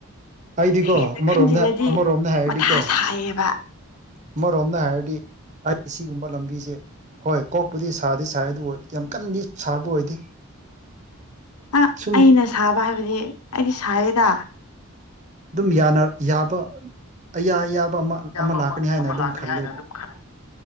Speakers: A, on the right; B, on the left.
A: ꯑꯩꯗꯤꯀꯣ
B: ꯍꯦꯟꯅ
A: ꯑꯃꯔꯣꯝꯗ
B: ꯈꯟꯖꯤꯜꯂꯗꯤ
A: ꯑꯃꯔꯣꯝꯗ ꯍꯥꯏꯔꯗꯤꯀꯣ
B: ꯃꯊꯥ ꯁꯥꯏꯌꯦꯕ
A: ꯑꯃꯔꯣꯝꯅ ꯍꯥꯏꯔꯗꯤ ꯑꯩ ꯁꯤꯒꯨꯝꯕ ꯂꯝꯕꯤꯁꯦ ꯍꯣꯏ ꯀꯣꯛꯄꯨꯗꯤ ꯁꯥꯗꯤ ꯁꯥꯏ ꯑꯗꯨ ꯑꯣꯏ ꯌꯥꯝ ꯀꯟꯗꯤ ꯁꯥꯕ ꯑꯣꯏꯗꯦ
B: ꯑ
A: ꯁꯨꯝ
B: ꯑꯩꯅ ꯁꯥꯕ ꯍꯥꯏꯕꯗꯤ ꯑꯩꯗꯤ ꯁꯔꯤꯗ
A: ꯑꯗꯨꯝ ꯌꯥꯅ ꯌꯥꯕ ꯑꯌꯥ ꯑꯌꯥꯕ ꯑꯃ
B: ꯑꯃ
A: ꯂꯥꯛꯀꯅꯤ ꯍꯥꯏꯅ
B: ꯑꯃ
A: ꯑꯗꯨꯝ
B: ꯂꯥꯛꯀꯅꯤ
A: ꯈꯜꯂꯦꯕ
B: ꯍꯥꯏꯅ ꯑꯗꯨꯝ ꯈ